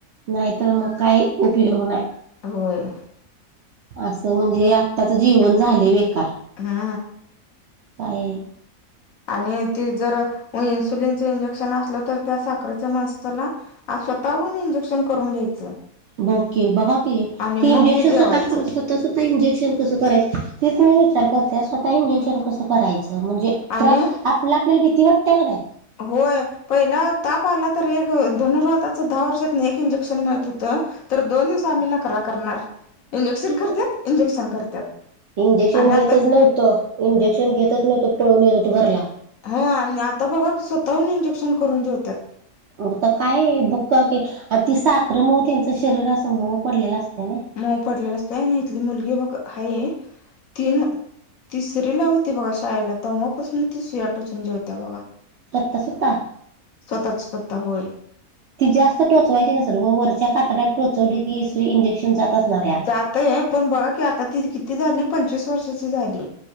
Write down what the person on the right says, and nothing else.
नाहीतर मग काही उपयोग नाही.
असं म्हणजे आत्ताचं जीवन झालंय बेकार.
काही
बोके बघा की
ती
इंजेक्शन
स्वतः कर स्वतः इंजेक्शन कसं कराय तेच मी विचार करते स्वतः इंजेक्शन कसं करायचं म्हणजे
तर आपला आपल्याला भीती वाटते का नाय?
इंजेक्शन
घेतच
नव्हतो इंजेक्शन घेतच नव्हतं पळून येत होतो घरला.
मगता काय बघ आणि ती साखरं म त्यांच शरीरा अस म पडलेला असते नाय.
सत सुता
ती जास्त टोचवायची न सर वरच्या कातडात टोचवली की इंजेक्शन जात असणार आहे आत